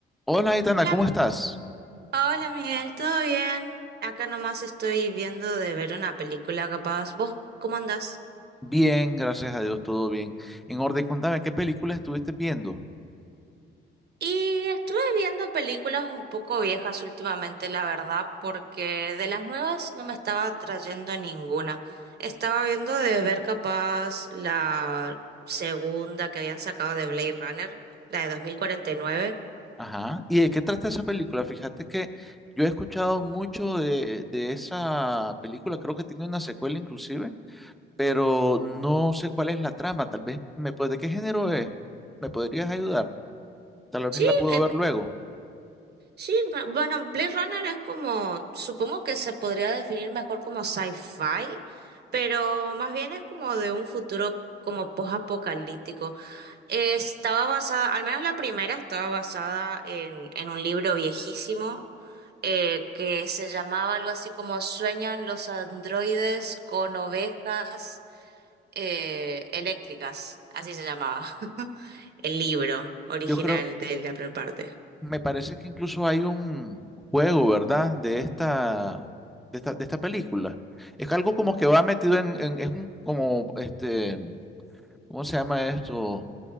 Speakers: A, in the centre; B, on the right (about 55°).
A: Hola, Itana,
B: Hola,
A: ¿cómo estás?
B: hola Miguel, ¿todo bien? Acá nomás estoy viendo de ver una película capaz. ¿Vos cómo andás?
A: Bien, gracias a Dios, todo bien. En orden, contame, ¿qué película estuviste viendo?
B: Y estuve viendo películas un poco viejas últimamente, la verdad, porque de las nuevas no me estaba trayendo ninguna. Estaba viendo de ver capaz la segunda que habían sacado de Blade Runner, la de 2049.
A: Ajá. ¿Y de qué trata esa película? Fíjate que yo he escuchado mucho de, de esa película, creo que tiene una secuela inclusive, pero no sé cuál es la trama. Tal vez me puede, ¿de qué género es? ¿Me podrías ayudar? Tal
B: Sí,
A: vez la puedo
B: eh,
A: ver luego.
B: Sí, ba- bueno, Blade Runner es como, supongo que se podría definir mejor como sci-fi, pero más bien es como de un futuro como post-apocalíptico. Eh, Estaba basada, al menos la primera, estaba basada en, en un libro viejísimo eh, que se llamaba algo así como Sueñan los androides con ovejas eh, eléctricas, así se llamaba <laughs> el libro original
A: Yo creo,
B: de la primera parte.
A: Me parece que incluso hay un juego, ¿verdad? De esta, de esta, de esta película. Es algo como que va metido en, en- es un, como, este, ¿cómo se llama esto?